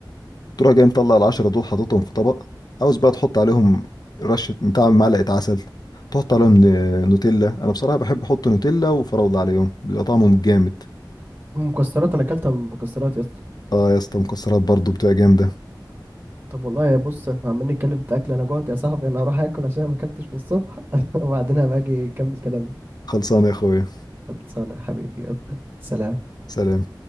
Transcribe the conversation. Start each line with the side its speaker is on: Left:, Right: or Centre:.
Left: تروح جاي مطلع العشرة دول حاططهم في طبق عاوز بقى تحط عليهم رشة بتاع معلقة عسل تحط عليهم ن- نوتيلا أنا بصراحة بحب أحط نوتيلا وفراولة عليهم بيبقى طعمهم جامد
Right: المكسرات أنا أكلتها بالمكسرات يا اسطى
Left: آه يا اسطى مكسرات برضه بتبقى جامدة
Right: طب والله يا بص احنا عمالين نتكلم في أكل أنا جوعت يا صاحبي أنا هروح آكل عشان أنا ما أكلتش من الصبح <laughs> وبعدين هبقى أجي أكمل كلامي
Left: خلصانة يا أخويا
Right: خلصانة يا حبيبي يلا سلام
Left: سلام